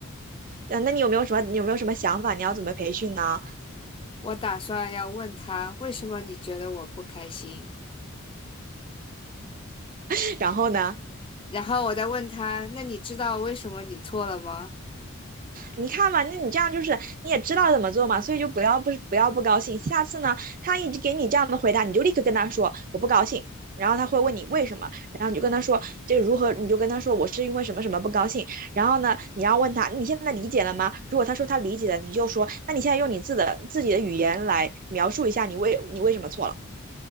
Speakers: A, on the right; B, on the left.
A: 嗯，那你有没有什么，你有没有什么想法？你要怎么培训呢？
B: 我打算要问他为什么你觉得我不开心，
A: <laughs> 然后呢？
B: 然后我再问他，那你知道为什么你错了吗？
A: 你看嘛，那你这样就是你也知道怎么做嘛，所以就不要不不要不高兴。下次呢，他一直给你这样的回答，你就立刻跟他说我不高兴。然后他会问你为什么，然后你就跟他说这如何，你就跟他说我是因为什么什么不高兴。然后呢，你要问他你现在理解了吗？如果他说他理解了，你就说那你现在用你自的自己的语言来描述一下你为你为什么错了。